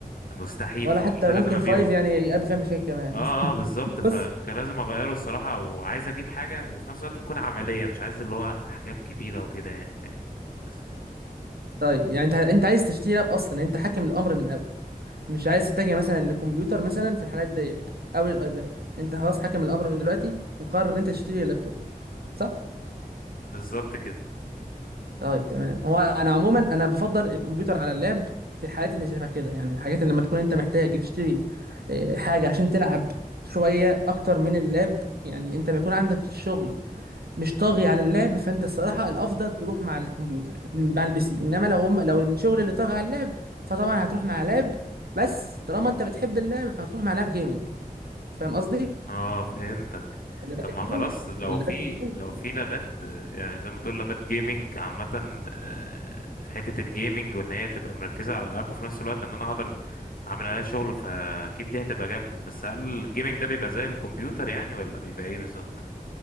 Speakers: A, on the left (about 65°); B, on the right (about 85°).
A: مستحيل
B: ولا
A: فقلت
B: حتى
A: لازم
B: ممكن
A: ابيعه
B: فايف يعني يقابل فيها مشاكل كمان
A: اه اه بالظبط
B: <laughs>
A: فكان
B: بص
A: لازم اغيره الصراحة وعايز اجيب حاجة وفي نفس الوقت تكون عملية مش عايز اللي هو احجام كبيرة وكده يعني فاهمني بس
B: طيب يعني انت انت عايز تشتري لاب اصلا يعني انت حاكم الامر من الاول مش عايز تتجه مثلا للكمبيوتر مثلا في الحالات ديت او للايباد انت خلاص حاكم الامر من دلوقتي ومقرر ان انت تشتري لابتوب صح
A: بالظبط كده
B: طيب تمام هو انا عموما انا بفضل الكمبيوتر على اللاب في الحالات اللي شبه كده يعني الحاجات اللي لما تكون انت محتاج تشتري اه، حاجه عشان تلعب شويه اكتر من اللاب يعني انت ما يكون عندك الشغل مش طاغي على اللعب فانت الصراحه الافضل تروح مع الكمبيوتر مع البي سي انما لو هم لو الشغل اللي طاغي على اللعب فطبعا هتروح مع لاب بس طالما انت بتحب اللعب فهتروح مع لاب جيمنج فاهم قصدي؟
A: اه فهمتك
B: ولا بات
A: طب
B: الجيمنج
A: ما خلاص لو
B: ولا
A: في
B: بات الجيمنج
A: لو في لابات آه، يعني زي ما تقول لابات جيمنج عامة آه، في حتة الجيمنج وان هي تبقى مركزة على الالعاب وفي نفس الوقت ان انا اقدر اعمل عليها شغل فاكيد دي هتبقى جامدة بس هل الجيمنج ده بيبقى زي الكمبيوتر يعني ولا بيبقى ايه بالظبط